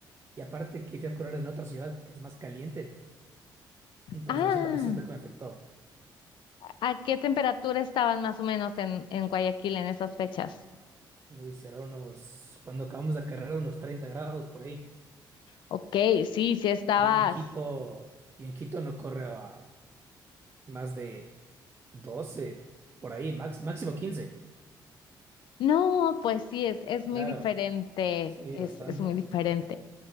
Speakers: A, on the right; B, on the left.
A: Y aparte que fui a correr en otra ciudad que es más caliente. Entonces
B: Ah,
A: eso también siento que me afectó.
B: ¿a qué temperatura estaban más o menos en, en Guayaquil en esas fechas?
A: Uy, será unos, cuando acabamos la carrera, unos 30 grados por ahí.
B: Ok, sí, sí estabas.
A: Yo en Quito, yo en Quito no corro a más de 12 por ahí, max- máximo quince
B: No, pues sí, es, es muy
A: Claro,
B: diferente,
A: sí,
B: es,
A: bastante.
B: es muy diferente.